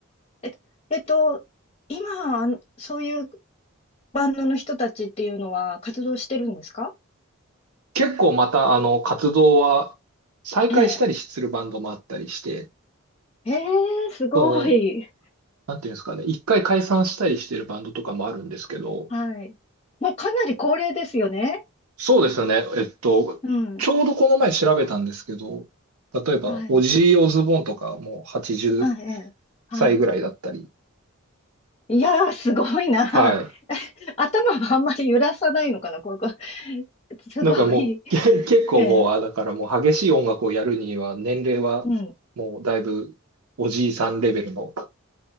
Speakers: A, on the left; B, on the right.
A: え、えっと、今、あのそういうバンドの人たちっていうのは活動してるんですか
B: 結構また、あの、活動は再開したりするバンドもあったりして、
A: ええ。ええ、すごい。
B: その、なんていうんですかね、一回解散したりしてるバンドとかもあるんですけど、
A: はい。もうかなり高齢ですよね。
B: そうですね。えっと、
A: うん。
B: ちょうどこの前調べたんですけど、例えば、
A: はい。
B: オジー・オズボーンとかもう80歳ぐらいだったり。
A: あ、ええ。はい。いやー、すごいな。
B: は
A: <laughs> 頭はあんまり揺らさないのかな、こうこう <laughs> すごい。
B: い。なんかもう、け結構もう、
A: ええ。
B: あ、だからもう激しい音楽をやるには、年齢はもうだいぶおじいさんレベルの
A: うん。